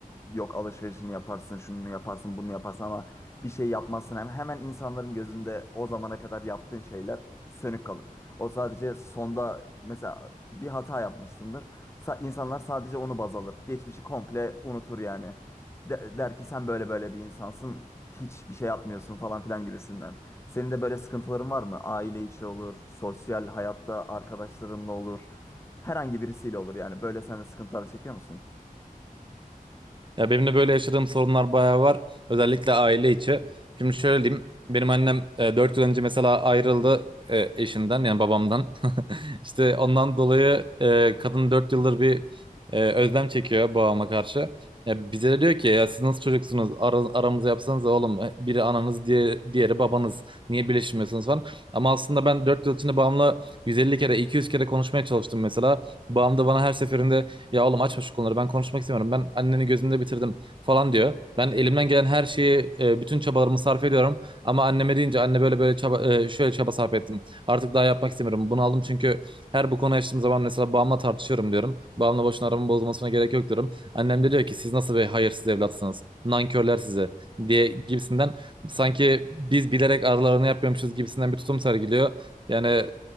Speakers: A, on the left (about 20°); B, on the right (about 35°).
A: Yok alışverişini yaparsın, şunu yaparsın, bunu yaparsın ama bir şey yapmazsın. Hem hemen insanların gözünde o zamana kadar yaptığın şeyler sönük kalır. O sadece sonda mesela bir hata yapmışsındır. Sa- insanlar sadece onu baz alır. Geçmişi komple unutur yani. De- der ki sen böyle böyle bir insansın. Hiçbir şey yapmıyorsun falan filan gibisinden. Senin de böyle sıkıntıların var mı? Aile içi olur, sosyal hayatta arkadaşlarınla olur, herhangi birisiyle olur yani. Böyle sen de sıkıntılar çekiyor musun?
B: Ya benim de böyle yaşadığım sorunlar bayağı var. Özellikle aile içi. Şimdi şöyle diyeyim. Benim annem e, 4 yıl önce mesela ayrıldı e, eşinden yani babamdan. <laughs> İşte ondan dolayı e, kadın 4 yıldır bir e, özlem çekiyor babama karşı. Ya bize de diyor ki ya siz nasıl çocuksunuz? Ara, aramızı yapsanız oğlum. Biri ananız diye, diğeri babanız. Niye birleşmiyorsunuz falan. Ama aslında ben 4 yıl içinde babamla 150 kere 200 kere konuşmaya çalıştım mesela. Babam da bana her seferinde ya oğlum açma şu konuları ben konuşmak istemiyorum. Ben anneni gözümde bitirdim falan diyor. Ben elimden gelen her şeyi e, bütün çabalarımı sarf ediyorum. Ama anneme deyince anne böyle böyle çaba e, şöyle çaba sarf ettim. Artık daha yapmak istemiyorum. Bunu aldım çünkü her bu konuyu açtığım zaman mesela babamla tartışıyorum diyorum. Babamla boşuna aramın bozulmasına gerek yok diyorum. Annem de diyor ki siz nasıl bir hayırsız evlatsınız. Nankörler sizi diye gibisinden sanki biz bilerek aralarını yapıyormuşuz gibisinden bir tutum sergiliyor. Yani